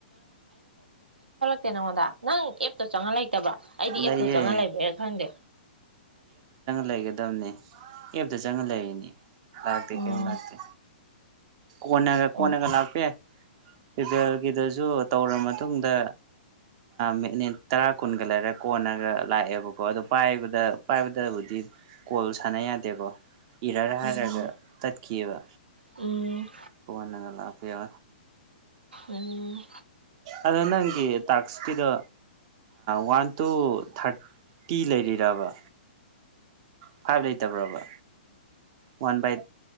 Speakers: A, on the right; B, on the right.
A: ꯅꯉꯣꯟꯗ ꯅꯪ ꯑꯦꯞꯇꯣ ꯆꯪꯉ ꯂ ꯂꯩ ꯅꯠꯇꯕ ꯑꯩꯗꯤ ꯑꯦꯞꯇꯨ
B: ꯂꯩꯌꯦ
A: ꯆꯪꯍꯟ ꯂꯩꯕ꯭ꯔꯦꯅ ꯈꯪꯗꯦ
B: ꯂꯩꯒꯗꯕꯅꯦ ꯑꯞꯇ ꯆꯪꯉ ꯂꯩꯔꯤꯅꯤ ꯍꯔꯥꯎ ꯇ
A: ꯎꯝ
B: ꯀ ꯂꯇ ꯀꯅꯒ
A: ꯎꯝ
B: ꯀꯅꯒ ꯂꯥꯛꯄꯦ ꯏꯄꯦꯜꯒꯤꯗꯁꯨ ꯇꯧꯔꯕ ꯃꯇꯨꯡꯗ ꯃꯤꯅꯤꯠ ꯇꯔꯥ ꯀꯨꯟꯒ ꯂꯩꯔ ꯀꯣꯟꯅꯒ ꯂꯥꯛꯑꯦꯕꯀꯣ ꯑꯣ ꯄꯥꯏꯕꯗ ꯄꯥꯏꯕꯗꯕꯨꯗꯤ ꯀꯣꯜ ꯁꯥꯟꯅ ꯌꯥꯗꯦꯀꯣ ꯏꯔꯔ
A: ꯎꯝ
B: ꯍꯥꯏꯔꯒ ꯇꯠꯈꯤꯕ
A: ꯎꯝ
B: ꯀꯣꯟꯅꯒ ꯂꯥꯛꯄꯤ ꯌꯥ
A: ꯑꯗꯨ
B: ꯑꯗꯣ ꯅꯪꯒꯤ ꯇꯥꯛꯁꯀꯤꯗꯣ ꯋꯥꯟ ꯇꯨ ꯊꯥꯔꯇꯤ ꯂꯩꯔꯤꯔꯕ ꯐꯥꯏꯚ ꯂꯩꯇꯕ꯭ꯔꯣꯕ ꯋꯥꯟ ꯕꯥꯏ